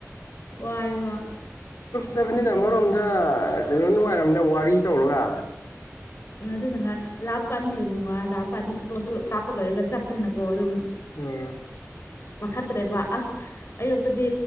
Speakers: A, on the left; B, on the left.
A: ꯀꯥꯏꯕ
B: ꯆꯠꯠꯇꯕꯅꯤꯅ ꯑꯃꯔꯣꯝꯗ ꯀꯩꯅꯣ ꯅꯨꯡꯉꯥꯏꯔꯝꯗ ꯋꯥꯔꯤ ꯇꯧꯔꯒ
A: ꯑꯗꯨꯅꯉꯥꯏ ꯂꯥꯛꯄ ꯀꯥꯟꯗ ꯍꯦꯟꯅ ꯅꯨꯡꯉꯥꯏ ꯂꯥꯛꯄ ꯀꯥꯟꯗꯗꯤ ꯐꯣꯇꯣꯁꯨ ꯀꯥꯞꯄ ꯂꯣꯏꯔꯒ ꯆꯠꯄꯅꯤꯅꯀꯣ ꯑꯗꯨꯝ
B: ꯎꯝ
A: ꯄꯥꯈꯠꯇ꯭ꯔꯦꯕ ꯑꯁ ꯑꯌꯨꯛꯇꯗꯤ